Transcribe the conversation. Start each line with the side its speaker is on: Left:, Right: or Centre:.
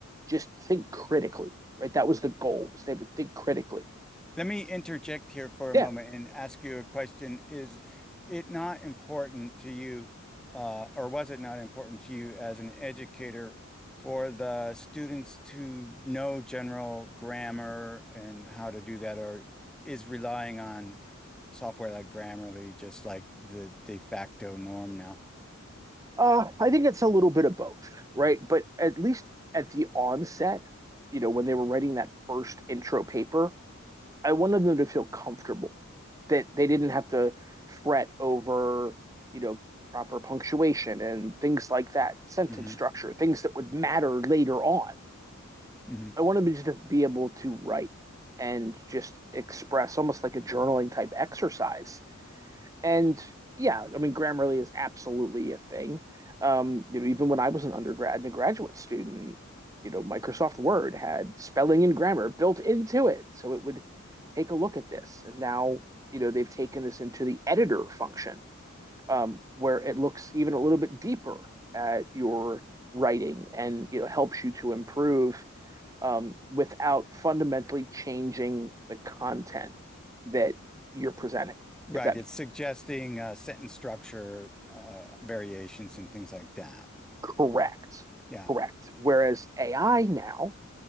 Right: Just think critically, right? That was the goal. Was they would think critically.
Centre: Let me interject here for a
Right: Yeah,
Centre: moment and ask you a question. Is it not important to you, uh, or was it not important to you as an educator for the students to know general grammar and how to do that, or is relying on software like Grammarly just like the de facto norm now?
Right: Uh, I think it's a little bit of both, right? But at least at the onset, you know, when they were writing that first intro paper, I wanted them to feel comfortable that they didn't have to fret over, you know, proper punctuation and things like that, sentence
Centre: hmm
Right: structure, things that would matter later on.
Centre: hmm
Right: I wanted them just to be able to write and just express almost like a journaling type exercise and yeah, I mean, Grammarly is absolutely a thing. Um, you know, even when I was an undergrad and a graduate student, you know, Microsoft Word had spelling and grammar built into it, so it would take a look at this. And now, you know, they've taken this into the editor function, um, where it looks even a little bit deeper at your writing and you know helps you to improve um, without fundamentally changing the content that you're presenting,
Centre: Right.
Right: if that
Centre: It's suggesting uh, sentence structure uh, variations and things like that.
Right: Correct.
Centre: Yeah.
Right: Correct. Whereas AI now,